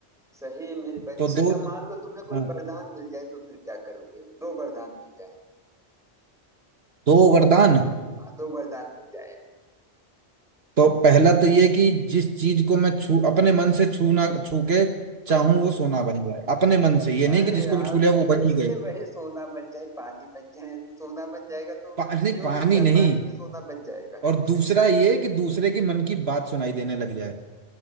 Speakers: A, in the centre; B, on the right.
A: सही है मेरे भाई
B: तो दो
A: अच्छा मान लो तुम्हें कोई
B: हाँ
A: वरदान मिल जाए तो फिर क्या करोगे दो वरदान मिल जाए
B: दो वरदान
A: हाँ दो वरदान मिल जाए
B: तो पहला तो ये कि जिस चीज को मैं छू अपने मन से छूना छू के
A: हम्म
B: चाहूं
A: हम्म।
B: वो सोना बन जाए अपने मन से ये नहीं
A: अरे
B: कि जिसको
A: यार
B: भी छू लिया वो बन
A: फिर
B: ही
A: से
B: गई
A: वही सोना बन जाए पानी बन जाए सोना बन जाएगा तो पियोगे
B: पानी पानी
A: क्या
B: नहीं
A: पानी में सोना बन जाएगा
B: और दूसरा ये कि दूसरे के मन की बात सुनाई देने लग जाए